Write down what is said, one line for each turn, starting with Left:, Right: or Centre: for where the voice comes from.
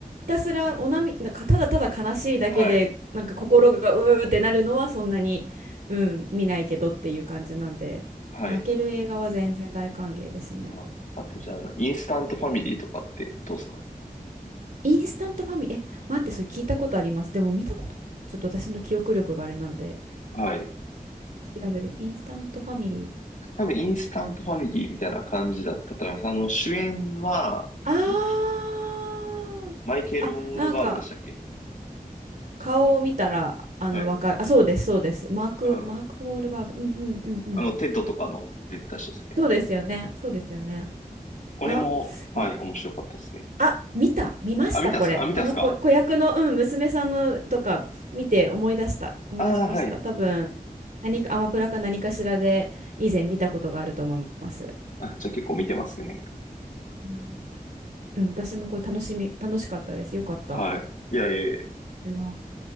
Right: たすらおなみ、なんかただただ悲しいだけで、
Left: はい。
Right: なんか心がうーってなるのはそんなに、うん、見ないけどっていう感じなんで、
Left: はい。
Right: 泣ける映画は全然大歓迎ですね。
Left: はい。あとじゃあ、インスタントファミリーとかってどうですか
Right: インスタントファミリー、え、待って、それ聞いたことあります。でも見たこと、ちょっと私の記憶力があれなんで、
Left: はい。
Right: 調べて、インスタントファミリー。
Left: 多分、インスタントファミリーみたいな感じだったと思います。あの、主演は、
Right: あ
Left: 僕、
Right: ー、
Left: マイケル・
Right: あ、
Left: ウォールバーグでしたっけ
Right: なんか、顔を見たら、あの、
Left: はい。
Right: わかる。あ、そうです、そうです。マーク、
Left: あー
Right: マーク・ウォールバーグ。うんうんうんうん。
Left: あの、テッドとかの出てた人ですね。
Right: そうですよね。そうですよね。
Left: これも、
Right: いや、
Left: はい、
Right: ん
Left: 面白かったですね。
Right: あ、見た、見ました、
Left: あ、見たっすかあ、
Right: これ。
Left: 見たっすか
Right: この子、子役の、うん、娘さんのとか見て思い出した。思い出しました。
Left: ああー、はい。
Right: 多分、何か、アマプラか何かしらで以前見たことがあると思います。い
Left: あ、じゃあ結構見てますね。
Right: やうん、私もこれ楽しみ、楽しかったです。よかった。
Left: はい。いやいやいや。
Right: あの、